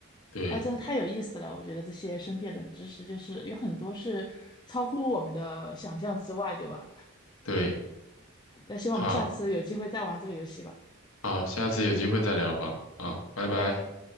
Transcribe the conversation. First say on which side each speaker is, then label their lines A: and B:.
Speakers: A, on the left; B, on the left.
A: 对
B: 啊，真的太有意思了，我觉得这些身边的冷知识就是有很多是超乎我们的想象之外，对吧？
A: 对，
B: 那希望我们下次有机会再玩这个游戏吧，
A: 好好，下次有机会再聊吧。好，拜拜。
B: 拜拜。